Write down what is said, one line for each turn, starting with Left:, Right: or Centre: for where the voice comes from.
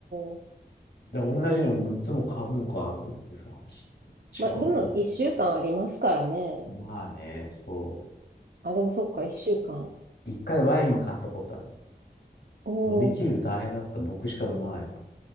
Right: お。
Left: だから同じの6つも買うのかと思ってさ、
Right: <laughs> まあ、
Left: 違うよ
Right: でも1週間ありますからね。
Left: な。まあね、そ
Right: あ、でもそっか、一週間。
Left: う。一回ワイン買ったことある。
Right: おお。
Left: 飲み切るの大変だった。僕しか飲まないから。